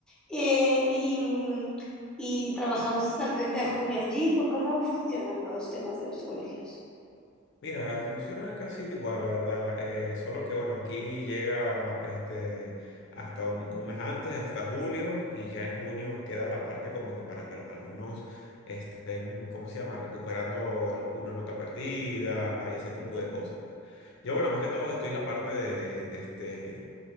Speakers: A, in the centre; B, on the left.
A: Eh, y, mm, y trabajamos hasta el 30 de junio allí por cómo funcionan los temas de los colegios.
B: Mira, funciona casi igual, la verdad. eh, solo que bueno, aquí llega este hasta un, un mes antes, hasta julio, y ya en junio queda la parte como que para que los alumnos estén, ¿cómo se llama?, recuperando alguna nota perdida y ese tipo
A: Sí,
B: de cosas. Yo,
A: sí.
B: bueno, más que todo estoy en la parte de, de, de este,